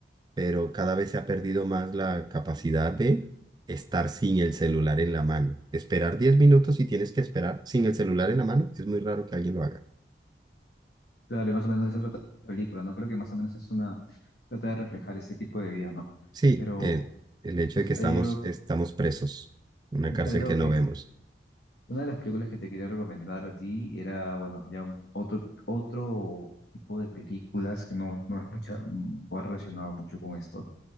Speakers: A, on the right; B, on the left.
A: pero cada vez se ha perdido más la capacidad de estar sin el celular en la mano. Esperar 10 minutos y tienes que esperar sin el celular en la mano, es muy raro que alguien lo haga.
B: Claro, y más o menos de eso trata la película, ¿no? Creo que más o menos es una, trata de reflejar este tipo de vida, ¿no?
A: Sí,
B: Pero,
A: el, el hecho
B: pues,
A: de que estamos,
B: hay algo,
A: estamos presos, una cárcel
B: hay algo
A: que no
B: que
A: vemos.
B: Una de las películas que te quería recomendar a ti era, bueno, ya un otro, otro tipo de películas que no, no es mucha, no ha relacionado mucho con esto